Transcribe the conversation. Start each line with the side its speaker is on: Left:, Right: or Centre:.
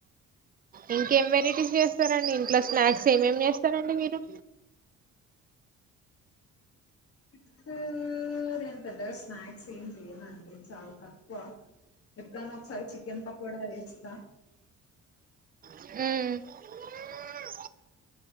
Right: ఇంకేం వెరైటీస్ చేస్తారండి ఇంట్లో స్నాక్స్ ఏమేమి చేస్తారండి మీరు
Left: స్నాక్ పెద్ద స్నాక్స్ం చేయన్నాండి చాలు తక్కువ ఎప్ప నస చికెన్ పకోడా అయిస్తా
Right: ఊ